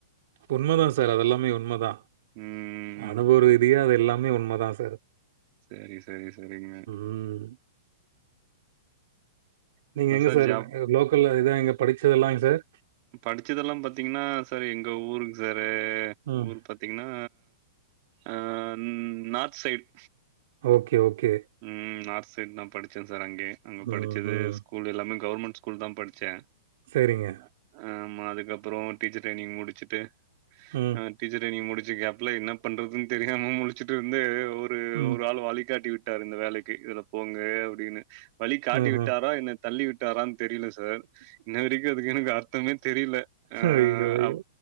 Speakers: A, on the right; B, on the right.
A: உண்மதா சார் அதெல்லாமே உண்மதா
B: ம்.
A: அனுபவ ரீதியா அது எல்லாமே உண்மதா சார்
B: செரி செரி செரிங்க
A: ம் நீங்க
B: இல்ல
A: எங்க சார்
B: ஜாப்
A: லோக்கல்ல இதா எங்க படுச்சதெல்லாங் சார்
B: படுச்சதெல்லா பாத்தீங்கன்னா சார் எங்க ஊருங்கு சாரு
A: ம்.
B: ஊரு பத் பாத்திங்னா அ நார்த் சைட்
A: ஓகே ஓகே
B: ம் நார்த் சைட் நா படுச்சே சார் அங்கயு அங்க படுச்சது
A: ம், ம்.
B: ஸ்கூல் எல்லாமே கவுர்மண்ட் ஸ்கூல் தா படுச்சே
A: சேரிங்க
B: ஆ ஆமா அதுக்கப்பறோ டீச்சர் ட்ரைனிங் முடுச்சுட்டு
A: ம்,
B: அ டீச்சர் ட்ரைனிங் முடுச்ச கேப்ல என்னா பண்றதுன் தெரியாம முழுச்சுட் இருந்து ஒரு
A: ம்.
B: ஒரு ஆளு வழிகாட்டி வி விட்டாரு இந்த வேலைக்கு இதுல போங்க அப்டீனு வழி காட்டி
A: ம்ஹ்ம்.
B: விட்டாரா என்ன தள்ளி விட்டாரான் தெரில சார் இன்ன வரைக்கு அதுக்கு எனக்கு அர்த்தமே தெரில அ
A: ஐயோ! ஐயோ!